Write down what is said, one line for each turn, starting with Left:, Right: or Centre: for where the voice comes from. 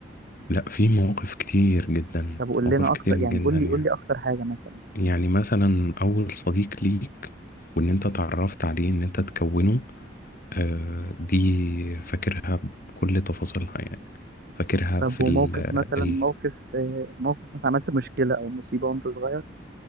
Left: لا في مواقف كتير جدا
Right: طب قول
Left: مواقف
Right: لنا
Left: كتير
Right: اكتر يعني
Left: جدا
Right: قول
Left: يعني
Right: لي قول لي اكتر حاجه مثلا
Left: يعني مثلا أول صديق ليك وإن أنت اتعرفت عليه إن أنت تكونه آه دي فاكرها بكل تفاصيلها يعني فاكرها
Right: طب
Left: في
Right: وموقف
Left: ال
Right: مثلا
Left: ال
Right: موقف آه، موقف مثلا عملت مشكله او مصيبه وانت صغير